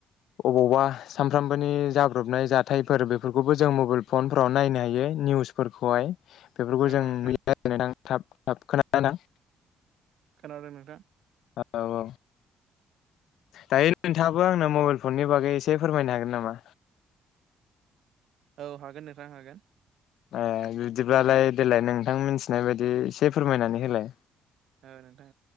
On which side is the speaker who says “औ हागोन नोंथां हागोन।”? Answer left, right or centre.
Right